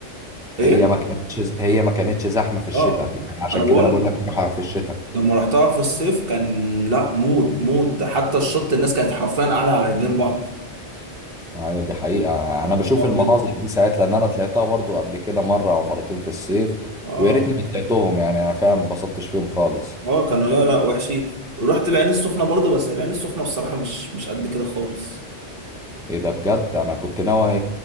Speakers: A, on the right (about 55°); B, in the centre.
A: ايه
B: هي ما كانتش هي ما كانتش زحمه في الشتاء
A: اه
B: يعني عشان
A: انا بقول
B: كده انا بقول لك تروحها في الشتاء
A: لما رحتها في الصيف كان لا موت موت حتى الشط الناس كانت حرفيا قاعده على رجلين بعض
B: أيوة دي حقيقه انا
A: كانت
B: بشوف
A: صعبه
B: المناظر
A: جدا
B: دي ساعات لان انا طلعتها برضو قبل كده مره او مرتين في الصيف
A: اه
B: ويا ريتني ما طلعتهم يعني انا فعلا ما اتبسطتش فيهم خالص
A: اه كانوا لا لا وحشين ورحت العين السخنه برضه بس العين السخنه بصراحه مش مش قد كده خالص
B: ايه ده بجد انا كنت ناوي